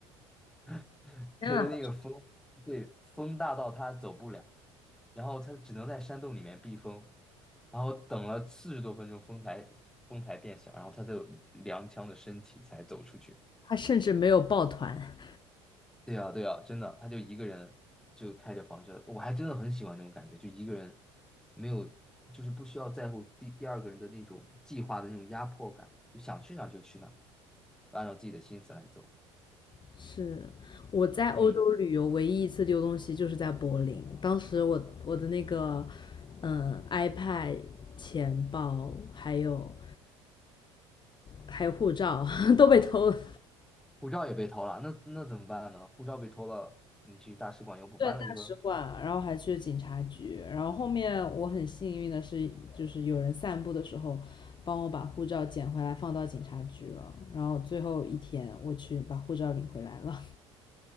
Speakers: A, in the centre; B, on the left.
A: <laughs>
B: 天呐，
A: 觉得那个风对风大到他走不了，然后他只能在山洞里面避风，然后等了四十多分钟，风才风才变小，然后他才有踉跄的身体才走出去。
B: 他甚至没有抱团。
A: 对呀，对呀，真的，他就一个人就开着房车，我还真的很喜欢这种感觉，就一个人没有，就是不需要在乎第第二个人的那种计划的那种压迫感，就想去哪儿就去哪儿按照自己的心思来走。
B: 是我在欧洲旅游唯一一次丢东西就是在柏林，
A: 嗯，
B: 当时我我的那个嗯 iPad 钱包还有还有护照 <laughs> 都被偷了。
A: 护照也被偷了，那那怎么办呢？护照被偷了，你去大使馆又补办了一个，
B: 对，大使馆，然后还去警察局，然后后面我很幸运的是，就是有人散步的时候帮我把护照捡回来放到警察局了，然后最后一天我去把护照领回来了。